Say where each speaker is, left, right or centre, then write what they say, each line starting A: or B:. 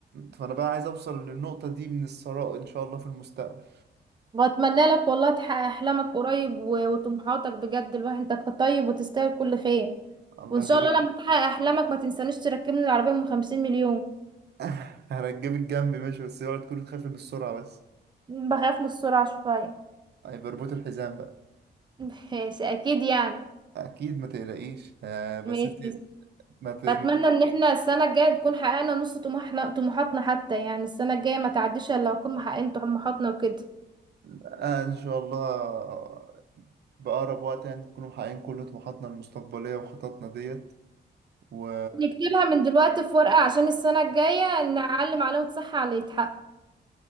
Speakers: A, on the right; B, on the right.
A: فانا بقى عايز اوصل للنقطة دي من الثراء ان شاء الله في المستقبل
B: واتمنى لك والله تحقق احلامك قريب و... وطموحاتك بجد الواحد انت طيب وتستاهل كل خير
A: الله
B: وان شاء
A: يبارك
B: الله لما
A: لي
B: تحقق احلامك ما تنسانيش تركبني العربية ام 50 مليون
A: <laughs> هرجب الجنب ماشي بس اوعى تكون تخاف من السرعة بس
B: بخاف من السرعة شوية
A: هيبقى رباط الحزام بقى
B: <laughs> ماشي اكيد يعني
A: اكيد ما تقلقيش آه، بس
B: ماشي
A: انت ما ت- ما
B: بتمنى ان احنا السنة الجاية نكون حققنا نص طموحنا طموحاتنا حتى يعني السنة الجاية ما تعديش الا لو نكون محققين طموحاتنا وكده
A: آه إن شاء الله بأقرب وقت يعني نكون محققين كل طموحاتنا المستقبلية وخططنا ديت و
B: نكتبها من دلوقتي في ورقة عشان السنة الجاية نعلم علامة صح على اللي يتحقق